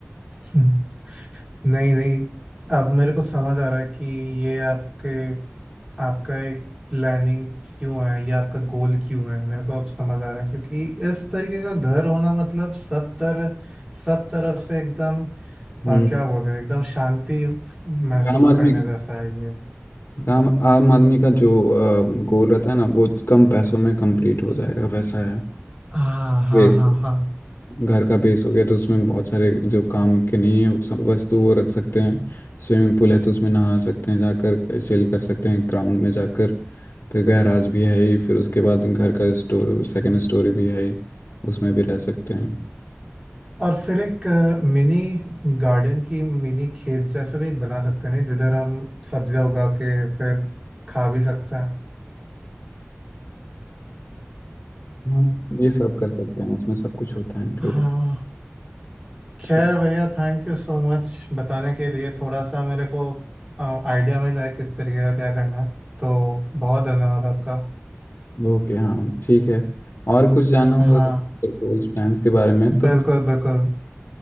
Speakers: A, on the right; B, on the left.
A: हाँ नहीं नहीं अब मेरे को समझ आ रहा है कि ये आपके आपका एक प्लानिंग क्यों है ये आपका गोल क्यों है मेरे को अब समझ आ रहा है क्योंकि इस तरीके का घर होना मतलब सब तरह सब तरफ से एकदम अ,
B: हम्म,
A: क्या बोल रहे हैं एकदम शांति महसूस
B: काम आदमी
A: करने जैसा है ये
B: आम आम आदमी का जो गोल रहता है ना वो कम पैसों में कंप्लीट हो जाएगा वैसा है
A: हाँ हाँ
B: बिल्कुल
A: हाँ हाँ
B: घर का बेस हो गया तो उसमें बहुत सारे जो काम के नहीं है उस- वस्तु वो रख सकते हैं स्विमिंग पूल है तो उसमें नहा सकते हैं जाकर चिल कर सकते हैं ग्राउंड में जाकर फिर गैराज भी है ही फिर उसके बाद घर का स्टोर सेकंड स्टोरी भी है ही उसमें भी रह सकते हैं
A: और फिर एक मिनी गार्डन की मिनी खेत जैसा भी एक बना सकते हैं नहीं जिधर हम सब्जियां उगा के फिर खा भी सकते हैं
B: हाँ ये सब कर सकते हैं उसमें सब कुछ होता है इंक्लूड
A: हाँ खैर
B: ठीक
A: भैया थैंक यू सो मच बताने के लिए थोड़ा सा मेरे को आइडिया मिला है किस तरीके का क्या करना है तो बहुत धन्यवाद आपका
B: ओके हाँ ठीक है और कुछ जानना होगा
A: हाँ
B: गोल्स प्लान्स के बारे में तो
A: बिल्कुल बिल्कुल